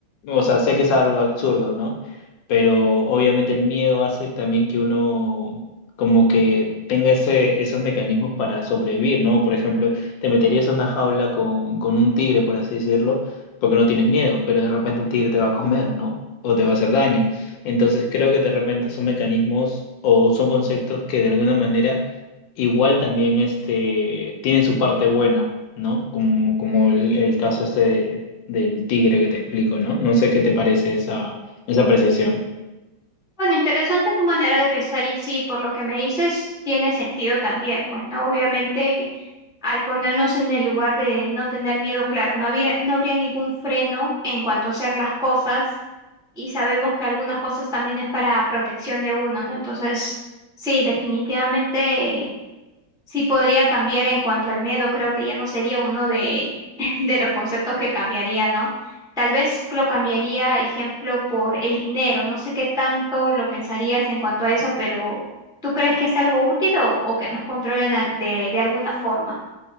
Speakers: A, on the left (about 75°); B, in the centre.
A: O sea, sé que es algo absurdo, ¿no? Pero obviamente el miedo hace también que uno como que tenga ese, esos mecanismos para sobrevivir, ¿no? Por ejemplo, te meterías en una jaula con, con un tigre, por así decirlo, porque no tienes miedo, pero de repente el tigre te va a comer, ¿no? O te va a hacer daño. Entonces creo que de repente son mecanismos o son conceptos que de alguna manera igual también este, tienen su parte buena, ¿no? Como, como el, el caso este de- del tigre que te explico, ¿no? No sé qué te parece esa, esa apreciación.
B: Bueno, interesante tu manera de pensar y sí, por lo que me dices, tiene sentido también, pues, ¿no? Obviamente, al ponernos en el lugar de no tener miedo, claro, no habría, no habría ningún freno en cuanto a hacer las cosas y sabemos que algunas cosas también es para protección de uno, ¿no? Entonces, sí, definitivamente sí podría cambiar en cuanto al miedo, creo que ya no sería uno de, <laughs> de los conceptos que cambiaría, ¿no? Tal vez lo cambiaría, ejemplo, por el dinero. No sé qué tanto lo pensarías en cuanto a eso, pero ¿tú crees que es algo útil o, o que nos controlen al- de, de alguna forma?